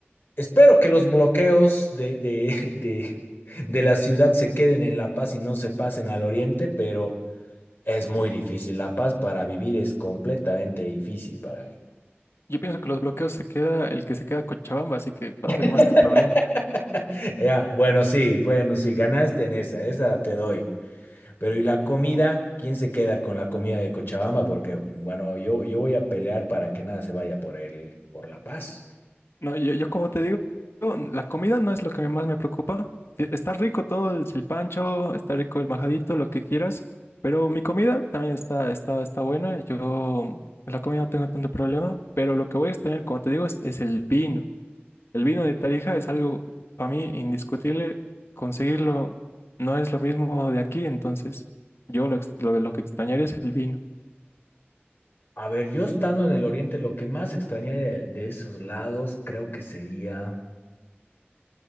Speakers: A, on the left; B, on the left.
A: Espero que los bloqueos de, de, de, de la ciudad se queden en La Paz y no se pasen al oriente, pero es muy difícil. La Paz para vivir es completamente difícil para mí.
B: Yo pienso que los bloqueos se queda, el que se queda Cochabamba, así que va
A: <laughs>
B: a ser más tu problema.
A: Ya, bueno, sí, bueno, sí, ganaste en esa, esa te doy. Pero ¿y la comida? ¿Quién se queda con la comida de Cochabamba? Porque, bueno, yo, yo voy a pelear para que nada se vaya por el, por La Paz.
B: No, yo, yo como te digo, la comida no es lo que más me preocupa. E- Está rico todo el chilpancho, está rico el majadito, lo que quieras, pero mi comida también está, está, está buena. Yo en la comida no tengo tanto problema, pero lo que voy a extrañar, como te digo, es, es el vino. El vino de Tarija es algo para mí indiscutible. Conseguirlo no es lo mismo de aquí, entonces yo lo, ex- lo lo que extrañaría es el vino.
A: A ver, yo estando en el oriente, lo que más extrañaría de, de esos lados creo que sería...